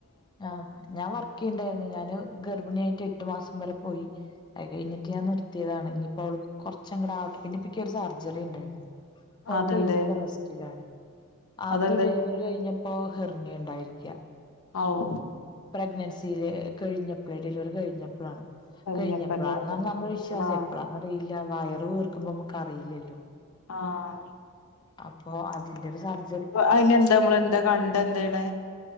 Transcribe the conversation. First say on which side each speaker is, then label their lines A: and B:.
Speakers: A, on the left (about 20°); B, on the left (about 80°).
A: ആഹ ഞാൻ വർക്ക് ചെയ്യണ്ടായിരുന്നു ഞാന് ഗർഭിണിയായിട്ട് എട്ട് മാസം വരെ പോയി അത് കഴിഞ്ഞിട്ട് ഞാൻ നിർയതാണ് ഇപ്പോഅവൾക് കുറച്ചങ്ങാടെ ആവട്ടെ പിന്നെ ഇപ്പൊ ക്കൊ ഒരു സർജറി ഉണ്ടായിരുന്നു അപ്പൊ അത്
B: അതെന്തേ
A: കഴിഞ്ഞിപ്പൊ റെസ്റ്റിലാണ് അത്
B: അതെന്താ
A: ഡെലിവറി കഴിഞ്ഞപ്പോ ഹെർ പിന്നെ ഇണ്ടായിരിക്ക
B: ആ ഓ
A: പ്രഗ്നൻസില് കഴിഞ്ഞപ്പളെ ഡെലിവറി കഴിഞ്ഞപ്പളാണ്
B: കഴിഞ്ഞപ്പന്റെ
A: കഴിഞ്ഞപ്പഴാണെന്ന
B: റബ്ബേ
A: നമ്മളെ വിശ്വാസം
B: ആഹ്
A: എപ്പഴാന്ന് അറിയില്ല വയറ് വീർ <unintelligible> നമുക്ക് അറിയില്ലല്ലോ
B: ആഹ്
A: അപ്പോ അതിന്റെ ഒരു സർജ
B: അയിന്താ നമ്മള് എന്താ കണ്ട് എന്താണ്